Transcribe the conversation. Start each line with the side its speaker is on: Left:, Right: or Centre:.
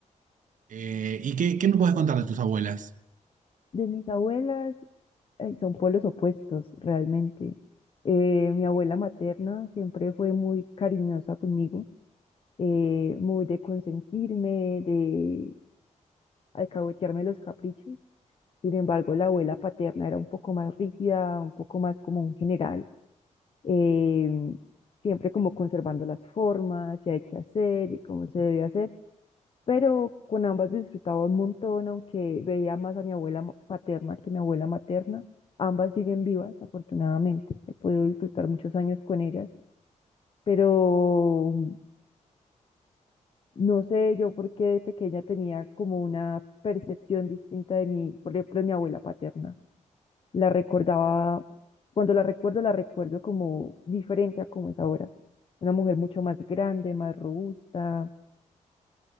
Right: Eh, ¿y qué, qué me puedes contar de tus abuelas?
Left: De mis abuelas, ay, son polos opuestos realmente. Eh, mi abuela materna siempre fue muy cariñosa conmigo, eh, muy de consentirme, de alcahuetearme los caprichos. Sin embargo, la abuela paterna era un poco más rígida, un poco más como un general, eh, siempre como conservando las formas, qué hay que hacer y cómo se debe hacer. Pero con ambas disfrutaba un montón, aunque veía más a mi abuela ma- paterna que a mi abuela materna. Ambas siguen vivas, afortunadamente. He podido disfrutar muchos años con ellas, pero No sé yo por qué de pequeña tenía como una percepción distinta de mi, por ejemplo, de mi abuela paterna. La recordaba, cuando la recuerdo, la recuerdo como diferente a como es ahora. Una mujer mucho más grande, más robusta.